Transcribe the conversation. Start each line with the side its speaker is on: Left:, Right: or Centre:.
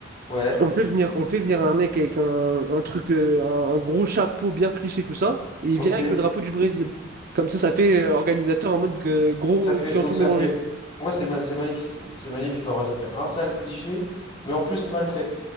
Left: Ouais,
Right: On fait venir, on fait venir un mec avec un, un truc, euh, un, un gros chapeau bien cliché, tout ça, et il
Left: ok.
Right: vient avec le drapeau du Brésil. Comme ça, ça fait euh, organisateur en mode euh, gros
Left: Ça fait,
Right: qui
Left: donc
Right: ont tout
Left: ça
Right: mélangé.
Left: fait. Ouais, c'est ma- c'est magnifique. C'est magnifique en vrai. Ça fait un sale cliché, mais en plus mal fait.